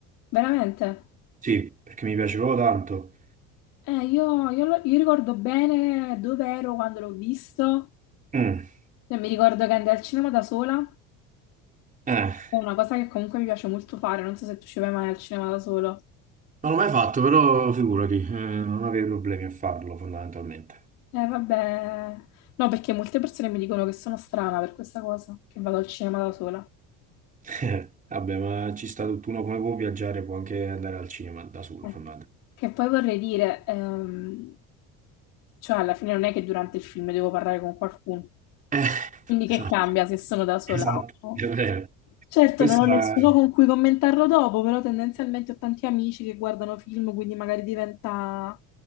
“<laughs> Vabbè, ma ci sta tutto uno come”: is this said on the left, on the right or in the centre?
Right